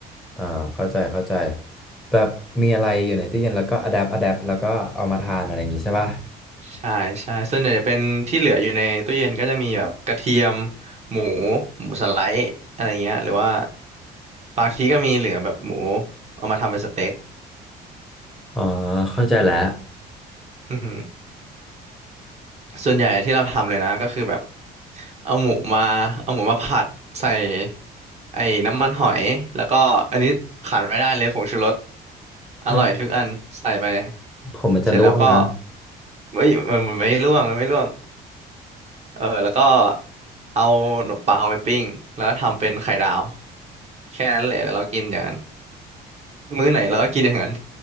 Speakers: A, in the centre; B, on the right (about 40°).
A: อ่าเข้าใจเข้าใจแบบมีอะไรอยู่ในตู้เย็นแล้วก็อะแดปอะแดปแล้วก็เอามาทานอะไรอย่างงี้ใช่ปะ
B: ใช่ใช่ส่วนใหญ่จะเป็นที่เหลืออยู่ในตู้เย็นก็จะมีแบบกระเทียมหมูหมูสไลด์อะไรเงี้ยหรือว่าบางทีก็มีเหลือแบบหมูเอามาทำเป็นสเต็ก
A: อ๋อเข้าใจแล้ว
B: อือหือ ส่วนใหญ่ที่เราทำเลยนะก็คือแบบเอาหมูมาเอาหมูมาผัดใส่ไอ้น้ำมันหอยแล้วก็อันนี้ขาดไม่ได้เลยผงชูรสอร่อยทุกอันใส่ไป
A: อืมผมมันจะร่วงนะ
B: เสร็จแล้วก็เฮ้ยมันมันไม่ร่วงมันไม่ร่วงเออแล้วก็เอาขนมปังไปปิ้งแล้วก็ทำเป็นไข่ดาวแค่นั้นเลยเรากินอย่างนั้นมื้อไหนเราก็กินอย่างนั้น